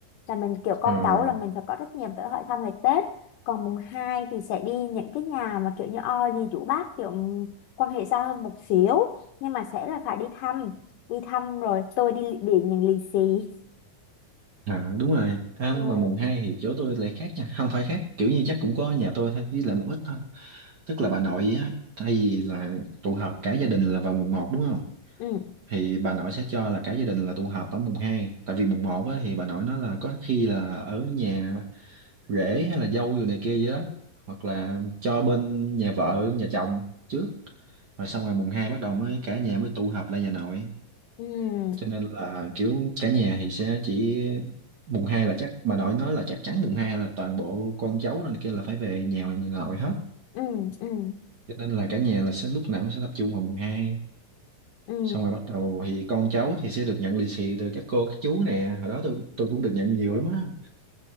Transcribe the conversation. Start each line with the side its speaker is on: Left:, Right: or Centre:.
Left: là mình kiểu con
Right: à,
Left: cháu là mình phải có trách nhiệm tới hỏi thăm ngày Tết còn mùng 2 thì sẽ đi những cái nhà mà kiểu như o dì chú bác kiểu quan hệ xa hơn một xíu nhưng mà sẽ là phải đi thăm đi thăm rồi tôi đi li- điện những lì xì
Right: à đúng rồi à,
Left: ừ
Right: mà mùng hai thì chỗ tôi lại khác nha không phải khác kiểu như chắc cũng có nhà tôi thôi với lại một ít thôi tức là bà nội á thay vì là tụ họp cả gia đình là vào mùng một đúng không
Left: ừ
Right: thì bà nội sẽ cho là cả gia đình là tụ họp ở mùng hai tại vì mùng một á, thì bà nội nói là có khi là ở nhà rễ hay là dâu vô này kia gì đó hoặc là cho bên nhà vợ nhà chồng trước rồi xong ngày mùng hai bắt đầu mới cả nhà mới tụ họp lại nhà nội
Left: ừ
Right: cho nên là kiểu cả nhà thì sẽ chỉ mùng hai là chắc bà nội nói là chắc chắn mùng hai là toàn bộ con cháu rồi này kia là phải về nhà nhà nội hết
Left: ừ
Right: cho nên là cả nhà là sẽ lúc nào cũng sẽ tập trung vào mùng hai
Left: ừ
Right: xong rồi bắt đầu thì con cháu thì sẽ được nhận lì xì từ các cô các chú nè hồi đó tôi tôi cũng được nhận nhiều lắm á